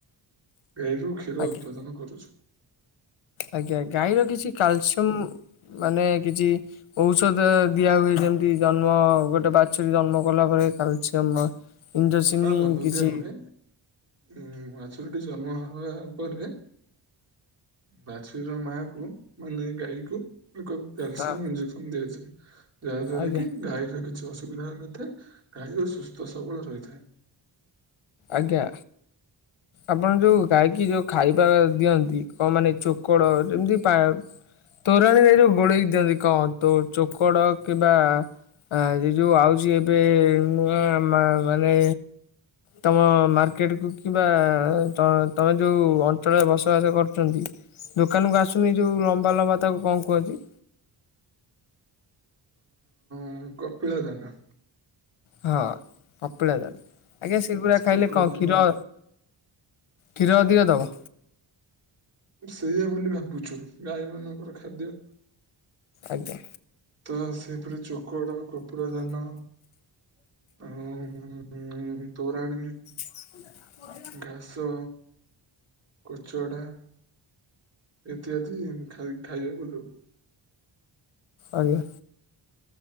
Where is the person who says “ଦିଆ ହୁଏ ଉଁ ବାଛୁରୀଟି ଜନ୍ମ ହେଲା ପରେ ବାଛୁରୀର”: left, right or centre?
Right